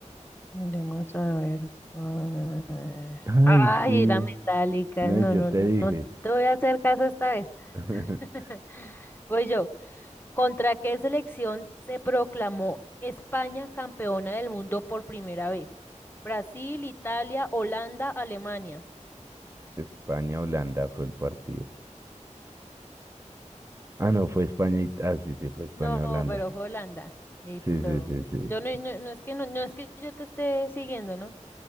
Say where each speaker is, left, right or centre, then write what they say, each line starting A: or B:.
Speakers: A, on the left (about 15°); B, on the right (about 20°).
A: Miremos a ver. cuál-
B: <laughs> Ay,
A: Ay,
B: sí.
A: era metálica.
B: No,
A: No,
B: y yo
A: no,
B: te dije.
A: no te voy a hacer caso esta vez.
B: <laughs>
A: <laughs> Voy yo. ¿Contra qué selección se proclamó España campeona del mundo por primera vez? ¿Brasil, Italia, Holanda, Alemania?
B: España-Holanda fue el partido. Ah, no, fue España y... Ah, sí, sí, fue España-Holanda.
A: No, pero fue Holanda. Listo.
B: Sí, sí, sí, sí.
A: Yo no, no, no es que no, no es que yo te esté siguiendo, ¿no?